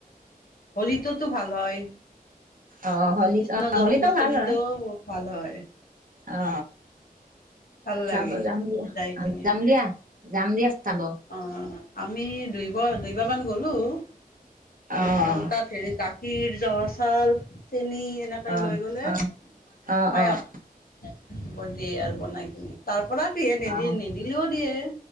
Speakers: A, on the left (about 70°); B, on the right (about 60°).
A: হোলীটোতো ভাল হয়।
B: অ হলিত'
A: কৃষ্ণ
B: অ
A: জন্মাষ্টমীতো
B: হলীত' ভাল হয়,
A: ভাল হয়
B: অ।
A: ভাল
B: চাব
A: লাগে
B: যাম দিয়া
A: যাই কিনে
B: -যাম দিয়া- যাম দিয়া চাব।
A: অ', আমি দুইব দুবাৰামান গ'লো আৰু
B: অ
A: তাত হেৰি খীৰ জহা চউাল চেনি এনেকৈ
B: অ',
A: লৈ গ'লে
B: অ',
A: মানে
B: অ',
A: পায়স
B: অ',
A: নিব দিয়ে আৰু বনাই কিনে তাৰ পৰা
B: অ',
A: নিদি- নিদিলেও দিয়ে।